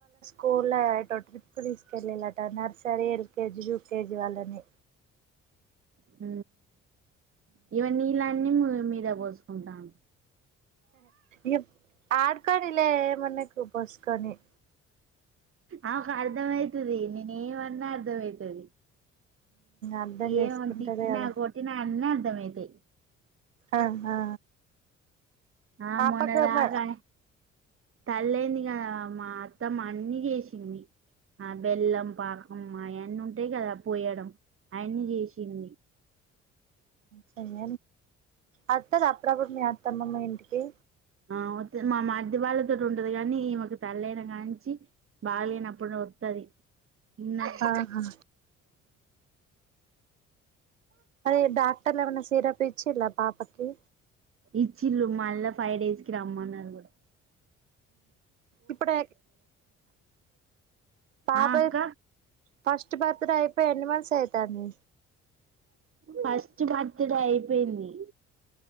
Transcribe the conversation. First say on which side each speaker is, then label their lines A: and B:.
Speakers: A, on the right (about 85°); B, on the right (about 35°).
A: స్కూల్ లో ఏదో ట్రిప్ కీ తీసుకెళ్ళలాట నర్సరీ ఎల్కేజీ యూకేజీ వాళ్ళని.
B: హ ఇగో నీలన్ని మీద పోసుకుంటాండు
A: ఇ ఆడుకుని లే ఏమనకు పోసుకొనియి
B: ఆమెకు అర్ధం అయితది నేనేమన్నా అర్ధమవుతది
A: అర్ధం
B: ఏం
A: చేసుకుంటారు
B: తిట్టిన
A: కదా
B: కొటినా అన్ని అర్ధమయితయి
A: ఆ ఆ
B: ఆ మొన్నటిదాకా
A: పాపకు మ
B: తల్లి అయ్యింది కదా మా అత్తమ్మ అన్ని చేసింది ఆ బెల్లం పాకం అయన్నీ ఉంటయి కదా పోయడం అయన్ని చేసింది
A: సర అత్తదా అప్పుడుప్పుడు మీ అత్తమ్మ మీ ఇంటికి కి
B: ఆ వత్తది మా మర్ది వాళ్ళతోటి ఉంటది కానీ ఈమెకు తల్లయిన కాంచి బాగలేనప్పుడు వత్తది న
A: ఆహా అదే డాక్టర్లేమన్న సిరప్ ఇచ్చిళ్ళా పాపకి
B: ఇచ్చిల్ళు మళ్ళా ఫైవ్ డేస్ కి రమ్మన్నరు కూడా
A: ఇప్పుడు పాప
B: ఆ అక్క
A: ఫస్ట్ బర్త్డే అయిపోయి ఎన్ని మంత్స్ అవుతుంది
B: ఫస్ట్ బర్త్డే అయిపోయింది